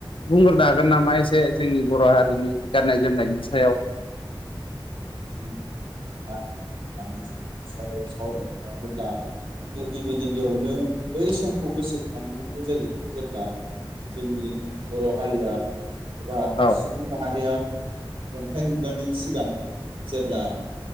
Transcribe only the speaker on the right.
जोंह म जों सायाव सावरायनो थोब्ला जों गिबि गिबियावनो बै समखौ गोसोखांनांगौ जायो जेब्ला। जोंनि बर' हारिया एबा
सुबुं माहारिया अन्थाइ मोनगोननि सिगां जेब्ला।